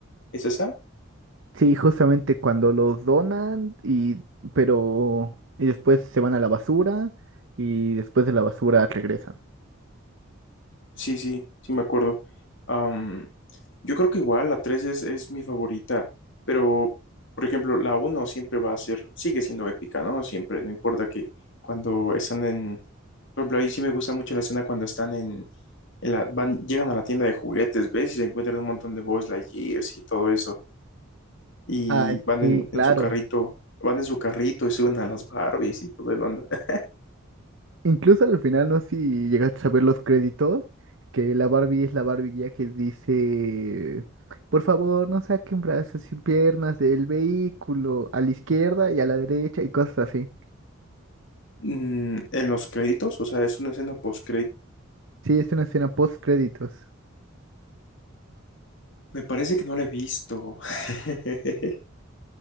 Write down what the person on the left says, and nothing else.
¿Es esa?
Sí, sí, sí me acuerdo. Am, yo creo que igual la 3 es, es mi favorita, pero por ejemplo, la uno siempre va a ser, sigue siendo épica, ¿no? Siempre, no importa que cuando están en, por ejemplo, ahí sí me gusta mucho la escena cuando están en, en la, van, llegan a la tienda de juguetes, ¿ves? Y se encuentran un montón de Buzz Lightyears y todo eso, y
van
en, en
su carrito, van en su carrito y suben a las Barbies y todo el onda. <laughs>
Mm, en los créditos, o sea, es una escena post
Me parece que no la he visto. <laughs>